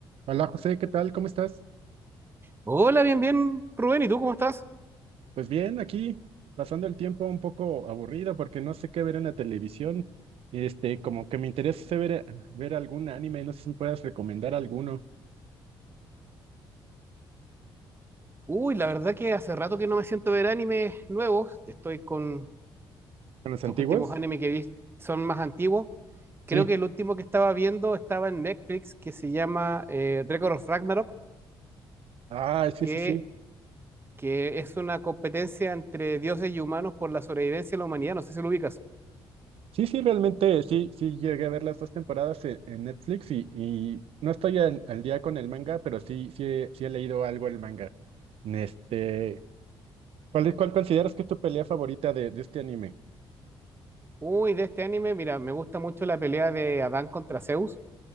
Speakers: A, on the right; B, on the right.
A: Hola José, ¿qué tal? ¿Cómo estás?
B: Hola, bien, bien, Rubén, ¿y tú cómo estás?
A: Pues bien, aquí pasando el tiempo un poco aburrido porque no sé qué ver en la televisión. Y este, como que me interesa ver, ver algún anime, no sé si me puedas recomendar alguno.
B: Uy, la verdad que hace rato que no me siento a ver animes nuevos. Estoy con
A: ¿Con los antiguos?
B: los últimos animes que vi son más antiguos.
A: Sí.
B: Creo que el último que estaba viendo estaba en Netflix, que se llama eh, Record of Ragnarok,
A: Ah, sí,
B: que,
A: sí, sí.
B: que es una competencia entre dioses y humanos por la sobrevivencia de la humanidad. No sé si lo ubicas.
A: Sí, sí, realmente sí, sí llegué a ver las dos temporadas en, en Netflix y, y no estoy al, al día con el manga, pero sí, sí, he- sí he leído algo el manga. Este, ¿cuál, es- cuál consideras que es tu pelea favorita de, de este anime?
B: Uy, de este anime, mira, me gusta mucho la pelea de Adán contra Zeus.